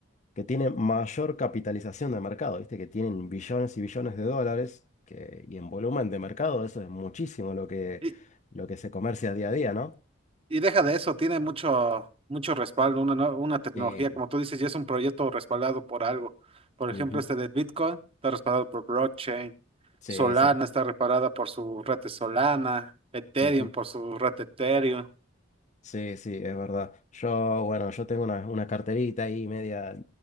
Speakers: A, on the left; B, on the right.
A: que tienen mayor capitalización de mercado, ¿viste? Que tienen billones y billones de dólares que, y en volumen de mercado eso es muchísimo lo que,
B: Y,
A: lo que se comercia día a día, ¿no?
B: Y deja de eso, tiene mucho, mucho respaldo, una, no- una tecnología,
A: Sí,
B: como tú dices, ya es un proyecto respaldado por algo. Por ejemplo,
A: Ujú,
B: este de Bitcoin está respaldado por blockchain,
A: Sí,
B: Solana
A: sí.
B: está respaldada por su red de Solana, Ethereum
A: ujú.
B: por su red de Ethereum.
A: Sí, sí, es verdad. Yo, bueno, yo tengo una, una carterita ahí media